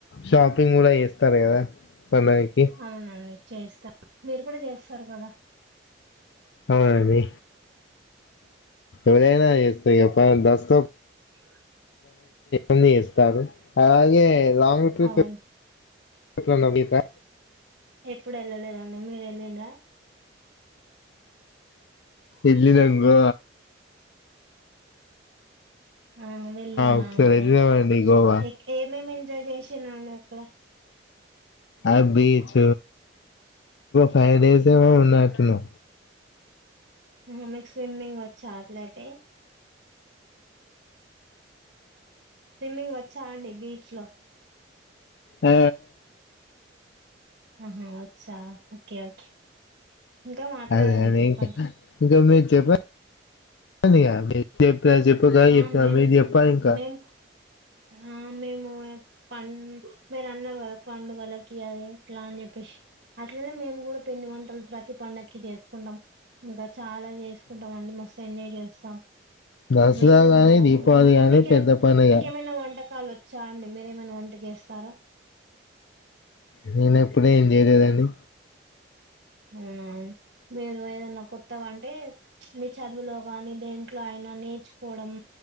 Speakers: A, on the left (about 70°); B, on the right (about 60°).
A: షాపింగ్ కూడా చేస్తారు కదా. పనాయికి
B: అవునండి చేస్తా మీరు కూడా చేస్తారు కదా
A: అవునండి ఎళనా ఎస్త దస్తు
B: ఇ
A: ఇన్న ఇస్తారు అలాగే లాంగ్ ట్రిప్
B: అవును
A: అట్లనా మీకా
B: ఎప్పుడు వెళ్ళలేదండి మీరు వెళ్ళిన్రా
A: ఎల్లిన గో
B: ఆ వెళ్ళిన్రా
A: ఒకసారి
B: అండి
A: వెళ్ళినామండి
B: ఓకే
A: గోవా
B: ఏమేమి ఎంజాయ్ చేసిన అక్కడ
A: ఆ బీచ్ ఫైవ్ డేస్ ఏ ఉన్నాటి ను
B: ఉహు మీకు స్విమ్మింగ్ వచ్చా అట్లయితే స్విమ్మింగ్ వచ్చా అండి బీచ్ లో
A: ఆ
B: ఆహా అచ్చా ఓకే ఓకే ఇంకా మాట్లాడండి
A: అదే అని
B: చెప్పండి
A: ఇంకా ఇంకా మీరు చెప్ప చెప్పండి మీ చెప్పిన చెప్ప కా
B: ఆ
A: చెప్పిన
B: మేము
A: మీరు చెప్పాలి ఇంకా
B: మేము ఆ మేము పం మీరు అన్నారు కదా పండుగలకి అది ఇట్లా అని చెప్పి అట్లనే మేము కూడా పిండి వంటలు ప్రతి పండక్కి చేసుకుంటాం ఇంకా చాలా చేసుకుంటాం అండి. మస్తు ఎంజాయ్ చేస్తాం.
A: దసరా
B: మీరు
A: గానీ దీపావళి
B: ఇంకా
A: కాని
B: మీకే
A: పెద్ద పండుగ
B: మీకేమైనా వంటకాలు వచ్చా అండి. మీరేమైనా వంట చేస్తారా.
A: నేన్ ఎప్పుడూ ఏం చేయలేదండి.
B: అవునా, మీరు ఏదన్నా కొత్తగా అంటే మీ చదువులో, కానీ దేంట్లో అయిన నే నేర్చుకోవడం